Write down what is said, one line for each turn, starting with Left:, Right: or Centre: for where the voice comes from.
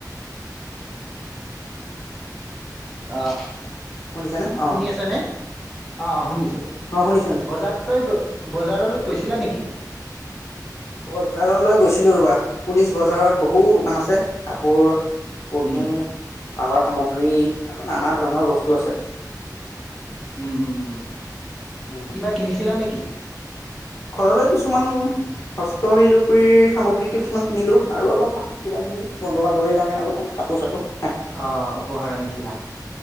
Left: <unintelligible>
Centre: অঁ',
Left: শুনিছানে অ
Centre: শুনি আছ নে? অঁ', -অঁ', শুনিছোঁ।
Left: অ', শুনিছো-শুনিছো।
Centre: <unintelligible> বজাৰলৈ গৈছিলা নেকি?
Left: বজাৰলৈ গৈছিলো ৰ'বা পুলিচ বজাৰত বহুত দোকান আছে কাপোৰ- স্পৰ্টিং,
Centre: উম
Left: বাঁহৰ সামগ্ৰী আৰু নানা ধৰণৰ বস্তু আছে।
Centre: উম'-হুম-হুম।
Left: উম।
Centre: কিবা কিনিছিলা নেকি?
Left: ঘৰলৈ কিছুমান হস্ত শিলুপৰি সামগ্ৰী কিছুমান কিনিলো আৰু অলপমান- কিবা-কিবি বন্ধু-বান্ধৱীৰ কাৰণে অলপমান কাপোৰ-চাপোৰ হয়।
Centre: অ', উপহাৰ আনিছিলা।